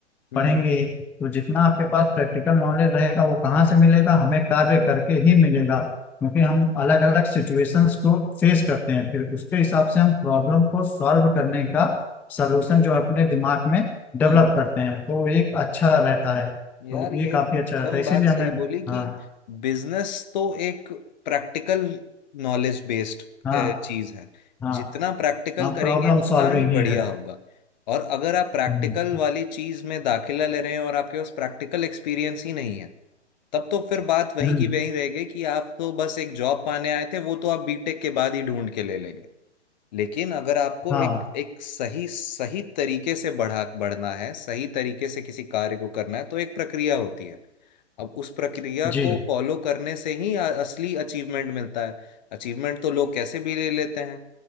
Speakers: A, on the left; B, in the centre.
A: हम्म
B: पढ़ेंगे ही। तो जितना आपके पास प्रैक्टिकल नॉलेज रहेगा वो कहाँ से मिलेगा हमें कार्य करके ही मिलेगा क्योंकि हम
A: हम्म
B: अलग अलग सिचुएशंस को फेस करते हैं फिर उसके हिसाब से हम प्रॉब्लम को सॉल्व करने का सलूशन जो है अपने दिमाग में डेवलप
A: हम्म।
B: करते हैं तो एक अच्छा रहता है तो
A: यार ये
B: ये काफी
A: एकदम
B: अच्छा रहता है तो
A: बात
B: इसीलिए
A: सही
B: हमें
A: बोली कि
B: हाँ
A: बिजनेस तो एक प्रैक्टिकल नॉलेज बेस्ड
B: हाँ
A: चीज है
B: हाँ
A: जितना प्रैक्टिकल
B: हाँ
A: करेंगे
B: प्रॉब्लम
A: उतना
B: सॉल्विंग
A: ही बढ़िया
B: ही है
A: होगा और अगर आप प्रैक्टिकल
B: हम्म
A: वाली चीज में दाखिला ले रहे हैं और आपके पास प्रैक्टिकल एक्सपीरियंस ही नहीं है तब तो फिर बात वहीं
B: हम्म,
A: की वहीं रह गई कि आप तो बस एक जॉब पाने आए थे वो तो आप बीटेक के बाद ही ढूंढ के ले लेंगे लेकिन अगर आपको
B: हाँ
A: एक एक सही सही तरीके से बढ़ा बढ़ना है सही तरीके से किसी कार्य को करना है तो एक प्रक्रिया होती है अब उस प्रक्रिया
B: जी
A: को फॉलो करने से ही अ- असली अचीवमेंट मिलता है अचीवमेंट तो लोग कैसे भी ले लेते हैं